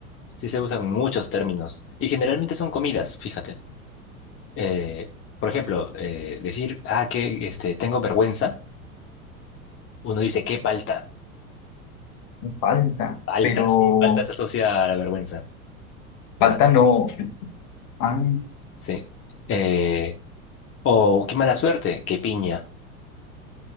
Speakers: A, on the left; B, on the left.
A: sí se usan muchos términos y generalmente son comidas, fíjate. eh, por ejemplo, eh, decir, ah, que este, tengo vergüenza, uno dice, qué palta,
B: me falta,
A: paltas,
B: pero...
A: paltas se asocia a la vergüenza.
B: Falta
A: Ah,
B: no. Ah,
A: sí. Eh, o qué mala suerte, qué piña.